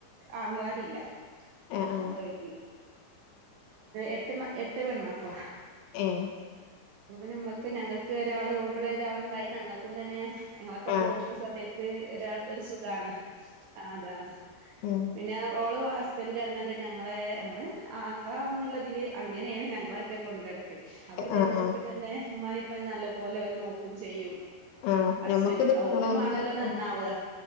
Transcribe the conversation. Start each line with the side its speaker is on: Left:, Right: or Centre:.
Right: ആങ്ങളമാരില്ല
Left: ആ ആ ആ
Right: അവ വീട്ടില് എട്ട എട്ട് പെൺ മക്കളാ
Left: ആ ഏ
Right: ന ഉമ്മക്ക് ഞങ്ങൾക്ക് ഒരാൾ ഉൾപ്പെടെ ഒരാൾണ്ടായി ഞങ്ങക്കും തന്നെ ഞങ്ങളൊക്കെ
Left: ആ
Right: പോകുന്ന സമയത്ത് ഒരാൾ ഒരു സുഖാണ് ആ അതാണ്
Left: ഉം
Right: പിന്നെ ഓള് ഹസ്ബന്റ് പറഞ്ഞത് ഞങ്ങള് നമ്മള് ആങ്ങളാന്നുള്ളതിൽ അങ്ങനെയാണ് ഞങ്ങളൊക്കെ കൊണ്ടടക്കൽ അപ്പൊ ഞങ്ങക്ക്
Left: ആ ആ
Right: തന്നെ മ അപ്പ നല്ല പോലെ അവര് നോക്കും ചെയ്യും
Left: ആ
Right: ഹസ്ബൻഡും
Left: ഞമ്മക്ക് നിക്കണോൽക്ക്
Right: ഓലും ആണല്ലോ നന്നാവുക
Left: ഉം